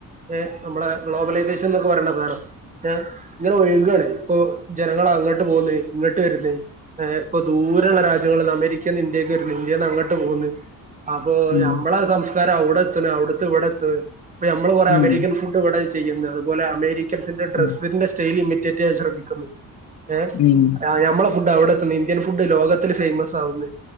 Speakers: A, on the right; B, on the left.
A: ഏഹ് നമ്മളെ ഗ്ലോബലൈസേഷൻ എന്നൊക്കെ പറയേണ സാനം ഏഹ് ഇങ്ങനെ ഒഴുകാണ് ഇപ്പൊ ജനങ്ങള് അങ്ങട്ട് പോവ്ന്ന് ഇങ്ങട്ട് വര്ന്ന് എഹ് ഇപ്പൊ ദൂരള്ള രാജ്യങ്ങളിൽ നിന്ന് അമേരിക്ക ക്കെന്ന് ഇന്ത്യക്ക് വര്ണ് ഇന്ത്യന്ന് അങ്ങട്ട് പോന്ന് അപ്പൊ
B: ഉം
A: ഞമ്മളെ സംശ ഇതാരാ അവ്ടെ എത്ത്ണ് അവിടുത്തെ ഇവ്ടെത്തും ഇപ്പൊ ഞ മ്മള് കൊറെ
B: ഉം
A: അമേരിക്കൻ ഫുഡ് ഇവടെ ചെയ്യ്ന്ന് അതുപോലെ അമേരി ക്കൻസിന്റെ ഡ്രെസ്സിന്റെ
B: ഉം
A: സ്റ്റെയില് ഇമിറ്റേറ്റ് ചെയ്യാൻ ശ്രെമി ഏഹ്
B: ഉം
A: ഞമ്മളെ ഫുഡ് അവ്ടെ എത്ത്ണ് ഇന്ത്യൻ ഫുഡ് ലോകത്തില് ഫെയ്മസ് ആവുന്നു